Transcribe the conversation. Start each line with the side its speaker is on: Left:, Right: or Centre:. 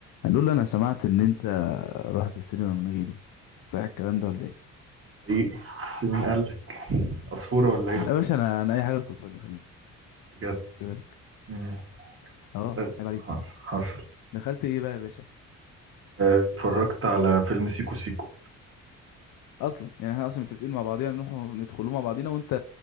Left: هنقول له انا سمعت ان انت رحت السينما من غيري صحيح الكلام ده ولا ايه
Right: حقيقي بس مين قال لك عصفورة ولا ايه
Left: لا يا باشا انا انا اي حاجه بتوصل لي خلي
Right: بجد
Left: بالك
Right: مم.
Left: اه
Right: أ-
Left: عيب عليك
Right: حصل
Left: دخلت ايه بقى يا باشا
Right: أه، اتفرجت على فيلم سيكو سيكو
Left: اصلا يعني احنا اصلا متفقين مع بعضينا نروح ندخلوه مع بعضينا وانت